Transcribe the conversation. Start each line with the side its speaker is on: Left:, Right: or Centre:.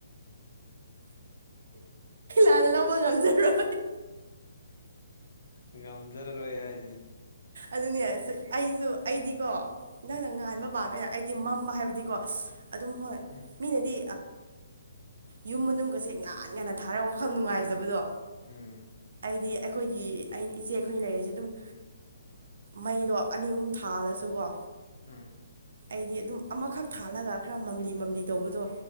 Right: ꯀꯅ ꯂꯧꯕ ꯉꯝꯖꯔꯣꯏ
Left: ꯉꯝꯖꯔꯔꯣꯏ ꯍꯥꯏꯁꯤꯅꯦ
Right: ꯑꯗꯨꯅꯦ ꯑꯩꯁꯨ ꯑꯩꯗꯤꯀꯣ ꯅꯪꯅ ꯉꯥꯟꯕ ꯄꯥꯝꯃꯦꯅ ꯍꯥꯏ ꯃꯝꯕ ꯍꯥꯏꯕꯗꯤꯀꯣ ꯑꯗꯨꯝ ꯍꯣꯏ
Left: ꯎꯝ
Right: ꯃꯤꯅꯗꯤ ꯌꯨꯝ ꯃꯅꯨꯡꯒꯁꯦ ꯉꯥꯟ ꯉꯟꯅ ꯊꯥꯔ ꯋꯥꯈꯜ ꯅꯨꯡꯉꯥꯏꯖꯕꯗꯣ
Left: ꯎꯝ
Right: ꯍꯥꯏꯗꯤ ꯑꯩꯈꯣꯏꯒꯤ ꯑꯩꯅ ꯏꯆꯦ ꯑꯩꯈꯣꯏꯅ ꯂꯩꯔꯤꯁꯦ ꯑꯗꯨꯝ ꯃꯩꯗꯣ ꯑꯅꯤ ꯑꯍꯨꯝ ꯊꯥꯜꯂꯁꯨꯀꯣ
Left: ꯎꯝ
Right: ꯑꯩꯗꯤ ꯑꯗꯨꯝ ꯑꯃꯈꯛ ꯊꯥꯜꯂꯒ ꯈꯔ ꯃꯝꯂꯤ ꯃꯝꯂꯤ ꯇꯧꯕꯗꯣ